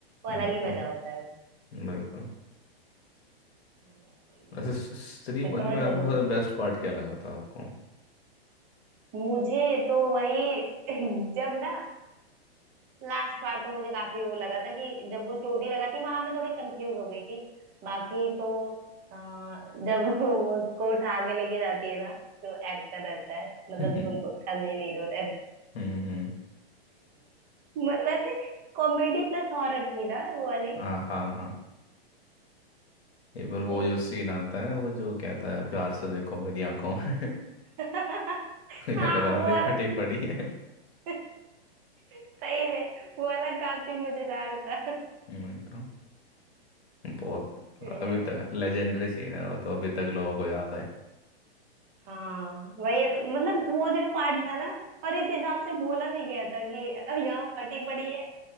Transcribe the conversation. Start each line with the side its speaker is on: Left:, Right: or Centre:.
Right: वो
Left: बिल्कुल
Right: अलग ही मजा होता है
Left: बिल्कुल
Right: हाँ, सही
Left: ऐसे
Right: है
Left: स्त्री
Right: फिर तो
Left: वन
Right: मैं
Left: में आपको
Right: जरूर देखूंगी
Left: बेस्ट पार्ट क्या लगा था आपको
Right: मुझे तो वही <laughs> जब ना लास्ट बार तो मुझे काफी वो लगा था कि जब वो चोटी लगा थी वहां मैं थोड़ी कंफ्यूज हो गई थी बाकी तो अ, जब <laughs> वो उसको उठा के लेके जाती है ना जो एक्टर रहता है
Left: <laughs>
Right: मतलब जो उसका मेन हीरो
Left: हम्म हम्म।
Right: म- वैसे कॉमेडी प्लस हॉरर थी ना वो वाली
Left: हाँ हाँ हाँ इवन
Right: वैसे
Left: वो जो सीन आता है वो जो कहता है प्यार से देखो मेरी आंखों में <laughs>
Right: <laughs>
Left: या
Right: हाँ
Left: कहता है
Right: वो
Left: अरे
Right: वाला
Left: फटी पड़ी है <laughs>
Right: <laughs> सही में वो वाला काफी मजेदार था <laughs>
Left: हम्म, तो बहुत
Right: बढ़िया
Left: अभी
Right: है
Left: तक लेजेंडरी सीन है वो तो अभी तक लोगों को याद है
Right: हाँ वही मतलब वो जो पार्ट था ना और इस हिसाब से बोला भी गया था कि "अ, यहाँ फटी पड़ी है